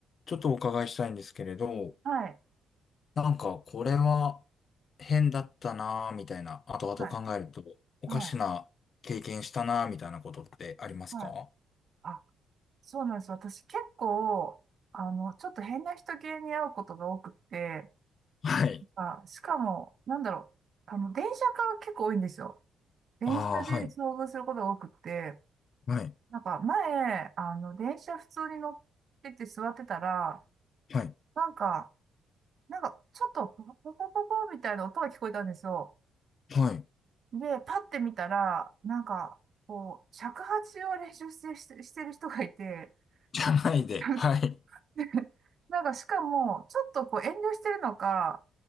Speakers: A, on the left (about 50°); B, on the right (about 50°).
A: ちょっとお伺いしたいんですけれど、
B: はい、
A: なんかこれは変だったなぁみたいな、後々考えるとおかしな経験したなぁみたいなことってありますか
B: はい、はい、はい。あ、そうなんです。私結構、あの、ちょっと変な人系に会うことが多くって、
A: はい。
B: あ、しかも、なんだろう、あの、電車が結構多いんですよ。電車で遭遇することが多くって、
A: ああー、はい、はい、
B: なんか前、あの、電車普通に乗ってて座ってたら、
A: はい、
B: なんか、なんか、ちょっとポコポコポコみたいな音が聞こえたんですよ。
A: はい、
B: で、パッて見たら、なんか、こう、尺八を練習して、してしてる人がいて、
A: じゃないで。
B: <laughs> なん
A: はい。
B: <laughs> なんかしかも、ちょっとこう遠慮してるのか、